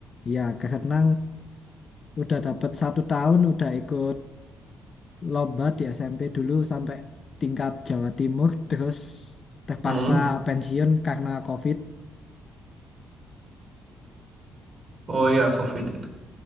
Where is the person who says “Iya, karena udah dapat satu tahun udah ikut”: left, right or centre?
Left